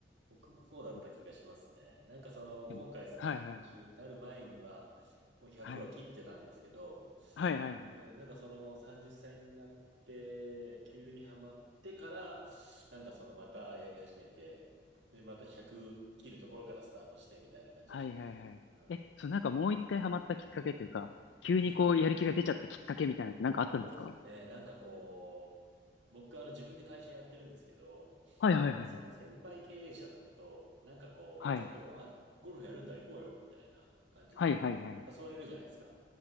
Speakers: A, on the right; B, on the left.
A: 僕もそうだった気がしますね。
B: の
A: なんかその、
B: でも、
A: 今回その30になる前には、
B: はいはい。
A: もう100は切ってたんですけど、
B: はい。はいはいはい。
A: うん、なんかその30歳になって急にハマってからなんかそのまたやり始めてでまた100切るところからスタートしてみたいな感じでしたね。
B: はいはいはい。
A: うん、
B: え、そう、なんかもう一回ハマったきっかけというか、急にこうやる気が出ちゃったきっかけみたいなのってなんかあったんですか
A: いやそうですね。なんかこう、僕あの自分で会社やってるんですけど、
B: はいはいはいはい。
A: なんかその先輩経営者とかと、なんかこう、
B: はい。
A: ちょっと、あ、ゴルフやるんだ、行こうよ、みたいな感じで、
B: はいはいはい。
A: 誘われるじゃないですか。